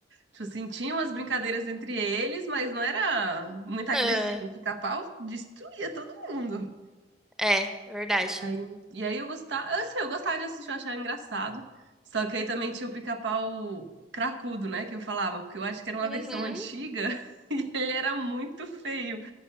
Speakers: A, on the right; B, in the centre.
A: Tipo assim, tinham as brincadeiras entre eles, mas não era muito agressivo.
B: Ah,
A: O pica-pau destruía todo mundo.
B: É, verdade.
A: E Aí, e aí eu gostava, assim, eu gostava de assistir, eu achava engraçado. Só que aí também tinha o pica-pau cracudo, né, que eu falava, porque eu acho que era uma
B: Uhum.
A: versão antiga <laughs> e ele era muito feio.